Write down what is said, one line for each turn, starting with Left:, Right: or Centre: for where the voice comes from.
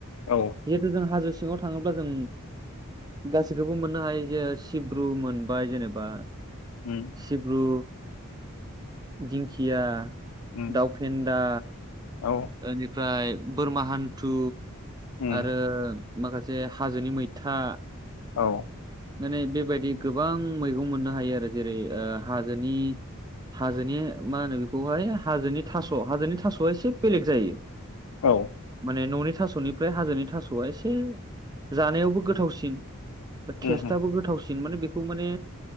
Left: औ
Right: जिहेथु जों हाजो सिङाव थाङोब्ला जों गासैखौबो मोननो हायो जे सिब्रु मोनबाय जेनेबा
Left: उम
Right: सिब्रु दिंखिया
Left: उम
Right: दाउफेन्दा
Left: औ
Right: बेनिफ्राय बोरमा हान्थु
Left: उम
Right: आरो माखासे हाजोनि मैथा
Left: औ
Right: माने बेबायदि गोबां मैगं मोननो हायो आरो जेरै हाजोनि हाजोनि मा होनो बेखौहाय हाजोनि थास हाजोनि थासआ एसे बेलेग जायो
Left: औ
Right: माने ननि थासनिफ्राय हाजोनि थासआ एसे जानायावबो गोथावसिन टेस्टआबो
Left: उम हो
Right: गोथावसिन माने बेखौ माने